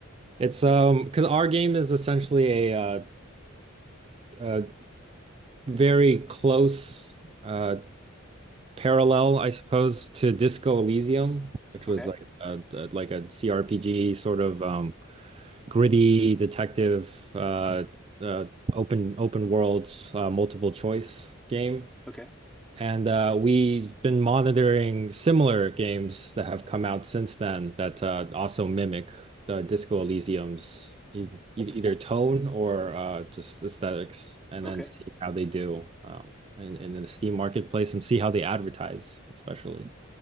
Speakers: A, on the right; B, in the centre.
A: It's um because our game is essentially a uh a very close uh parallel, I suppose, to Disco Elysium, which was
B: Okay,
A: like a, a like a CRPG sort of um gritty detective uh uh open open world uh, multiple choice game.
B: okay,
A: And uh, we've been monitoring similar games that have come out since then that uh, also mimic the Disco Elysium's e e- either tone or uh, just aesthetics, and
B: okay.
A: then see how they do um, in, in the Steam marketplace and see how they advertise, especially.